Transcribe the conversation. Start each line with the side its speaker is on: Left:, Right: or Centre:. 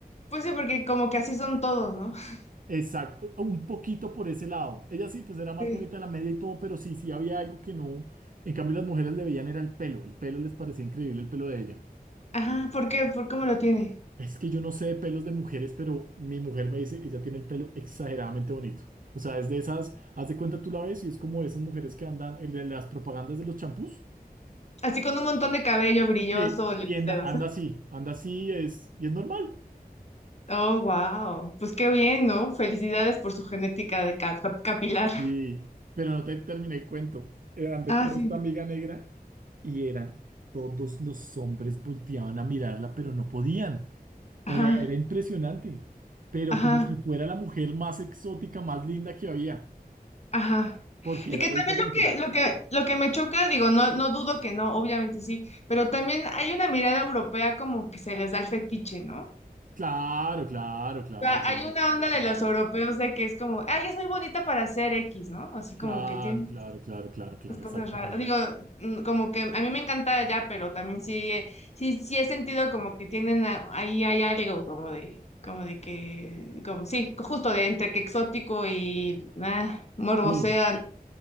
Left: Pues sí, porque como que así son todos, ¿no? <laughs>
Right: Exacto, un poquito por ese lado. Ella sí, pues era más
Left: Sí.
Right: bonita de la media y todo, pero sí, sí había algo que no. En cambio, las mujeres le veían era el pelo. El pelo les parecía increíble el pelo de ella.
Left: Ajá, ¿por qué? ¿Por cómo lo tiene?
Right: Es que yo no sé de pelos de mujeres, pero mi mujer me dice, ella tiene el pelo exageradamente bonito. O sea, es de esas, haz de cuenta tú la ves y es como esas mujeres que andan en las propagandas de los champús.
Left: Así con un montón de cabello brilloso,
Right: Que,
Left: los
Right: y anda,
Left: dedos.
Right: anda así, anda así, es, y es normal.
Left: Oh, wow. Pues qué bien, ¿no? Felicidades por su genética de cap- cap- capilar.
Right: Sí, pero no te terminé el cuento. Eh, Andé
Left: Ah,
Right: con
Left: sí.
Right: esta amiga negra y eran todos los hombres volteaban a mirarla, pero no podían. O
Left: Ajá,
Right: sea, era impresionante, pero
Left: ajá,
Right: como si fuera la mujer más exótica, más linda que había,
Left: ajá.
Right: porque
Left: Y
Right: era
Left: que
Right: lo
Left: también
Right: diferente.
Left: lo que, lo que, lo que me choca, digo, no, no dudo que no, obviamente sí, pero también hay una mirada europea como que se les da el fetiche, ¿no?
Right: Claro, claro, claro,
Left: O sea, hay una onda de
Right: claro,
Left: los europeos de que es como, ay, es muy bonita para ser X, ¿no? Así
Right: claro,
Left: como que tiene
Right: claro, claro, claro, claro, claro,
Left: Las cosas
Right: exactamente.
Left: raras. Digo, mm, como que a mí me encanta allá, pero también sí, eh, sí, sí he sentido como que tienen a- ahí hay algo como de, como de que, como sí, justo de entre que exótico y ah, morbosean.
Right: Sí,